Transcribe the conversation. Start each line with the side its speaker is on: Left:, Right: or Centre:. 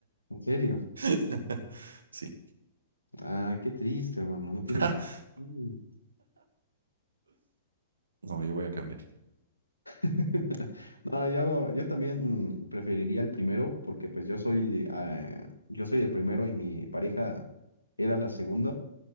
Left: En serio.
Right: <laughs> Sí.
Left: Ah, qué triste, hermano. No tiene
Right: <laughs>
Left: por qué. ser así.
Right: No, yo voy a cambiar. <gasps>
Left: <laughs> No, yo, yo también preferiría el primero porque pues yo soy, ah, yo soy el primero y mi pareja era la segunda.